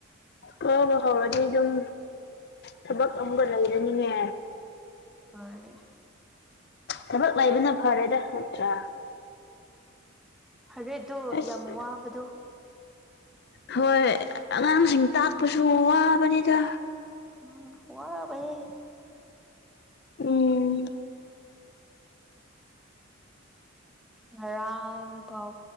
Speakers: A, on the left; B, in the centre.
A: ꯍ ꯍ ꯍꯥꯎꯔꯗꯤ ꯑꯗꯨꯝ ꯊꯕꯛ ꯑꯃꯒ ꯂꯩꯔꯅꯤꯉ
B: ꯍꯅꯦ
A: ꯊꯕꯛ ꯂꯩꯕꯅ ꯐꯔꯦꯗ ꯅꯠꯇ꯭ꯔꯥ
B: ꯍꯔꯦꯗꯣ
A: ꯑꯁ
B: ꯌꯥꯝ ꯋꯥꯕꯗꯣ
A: ꯍꯣꯏ ꯑꯉꯥꯡꯁꯤꯡ ꯇꯥꯛꯄꯁꯨ ꯋꯥꯕꯅꯤꯗ
B: ꯎꯝ ꯋꯥ ꯩ
A: ꯎꯝ
B: ꯉꯔꯥꯡ ꯐꯥꯎ